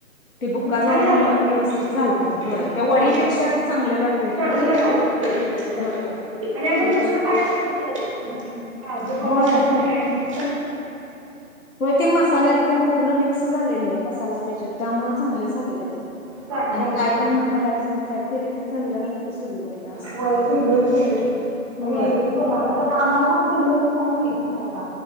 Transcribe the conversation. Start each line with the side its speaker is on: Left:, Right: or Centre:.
Left: ते बुक्का
Right: पण
Left: झाल्यामुळे
Right: छान लागलाय की
Left: व्यवस्थित
Right: तो.
Left: झालत त्या
Right: होय
Left: वडीपेक्षा
Right: होय
Left: ते चांगलं लागतय सोड
Right: चांगल लागायच ते
Left: होय
Right: आणि
Left: त्यापेक्षा
Right: आपण दुसरा पायच नव्हतं. काजू घातला
Left: होय
Right: काजू वाटाणा मीच घातलाय आणि मी.
Left: होय ते मसाल्यागतीन पूर्ण मिक्स झालेलं मसाला तेच्यात त्यामुळं चांगल झालेलं ते
Right: चांग
Left: आणि
Right: जेवण
Left: काय पण म्हणता हाज बाहेर केलेलं चवीला लागतंय चुलीवरल असून
Right: होय चुलीवर केलंय
Left: होय.
Right: नाही ग ते तुम्हाला कस आम्हाला पण चुलीवरच खाऊन माहीतच नाही आता.